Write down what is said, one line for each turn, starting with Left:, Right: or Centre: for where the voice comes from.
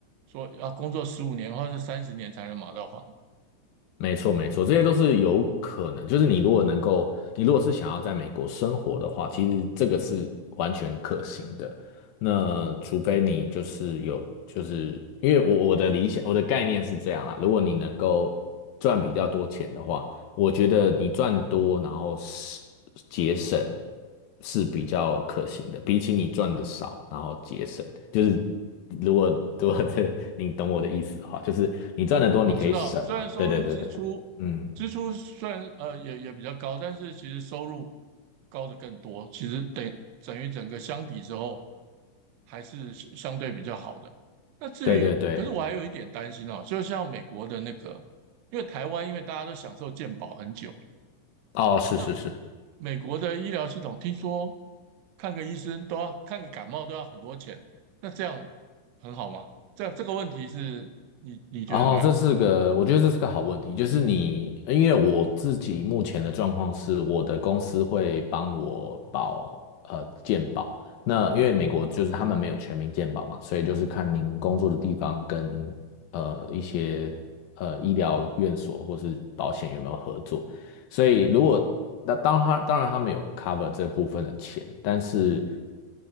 Right: 说要工作十五年或者三十年才能买到房
Left: 没错，没错，这些都是有可能。就是你如果能够，你如果是想要在美国生活的话，其实这个是完全可行的。那除非你就是有，就是因为我我的理想，我的概念是这样啦。如果你能够赚比较多钱的话，我觉得你赚多，然后是节省是比较可行的，比起你赚的少，然后节省，就是如果如果这你懂我的意思的话，就是你赚的多，
Right: 我我我知道，
Left: 你可以省嘛。
Right: 虽然收入支出
Left: 对对对对对，嗯，
Right: 支出虽然呃也也比较高，但是其实收入高的更多，其实等等于整个相比之后还是相相对比较好的。那至于，
Left: 对对对，
Right: 可是我还有一点担心哦，就像美国的那个，因为台湾因为大家都享受健保很久了
Left: 哦，是是是。
Right: 那美国的医疗系统听说看个医生都要看个感冒都要很多钱，那这样很好吗？这样这个问题是你你觉得怎么样？
Left: 然后这是个，我觉得这是个好问题。就是你，因为我自己目前的状况是，我的公司会帮我保呃健保。那因为美国就是他们没有全民健保嘛，所以就是看您工作的地方跟呃一些呃医疗院所或是保险有没有合作。所以如果那当他当然他们有 cover 这部分的钱，但是